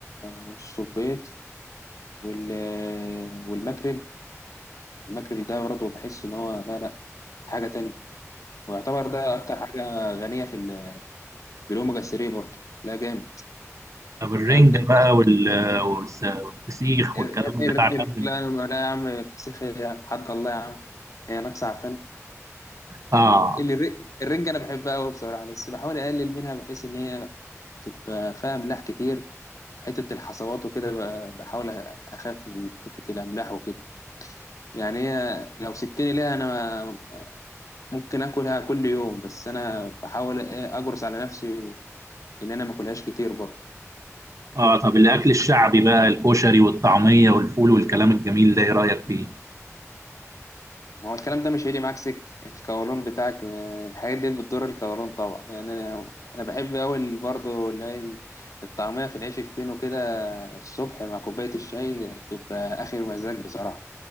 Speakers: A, on the left; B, on the right.
A: والصبيط وال... والماكريل الماكريل ده برضه بحس ان هو لا لا حاجة تانية ويعتبر ده اكتر حاجة غنية في ال... بالاوميجا 3 برضه لا جامد
B: طب الرنجة
A: ده,
B: بقى
A: ده
B: وال- والس- والفسيخ
A: قر
B: والكلام
A: قر
B: بتاع
A: قر
B: فن الموسيقى.
A: لا يا- لا يا عم الفسيخ إيه يا عم حد الله يا عم هي ناقصة عفان
B: اه
A: اللي الر- الرنجة أنا بحبها أوي بصراحة بس بحاول أقلل منها بحيث إن هي تبقى فيها أملاح كتير حتة الحصوات وكده ب- بحاول أ- أخاف من حتة الأملاح وكده يعني هي لو سبتني ليها أنا ممكن آكلها كل يوم بس أنا بحاول إيه أجرس على نفسي و- إن أنا ما أكلهاش كتير برضه
B: اه طب الاكل
A: بس
B: الشعبي بقى الكشري والطعمية والفول والكلام الجميل ده ايه رأيك فيه؟
A: ما هو الكلام ده مش هيجي معاك سكة القولون بتاعك ما- الحاجات دي بتضر القولون طبعا يعني انا انا بحب اوي برضه اللي هي ال- الطعمية في العيش الفينو كده الصبح مع كوباية الشاي بتبقى اخر مزاج بصراحة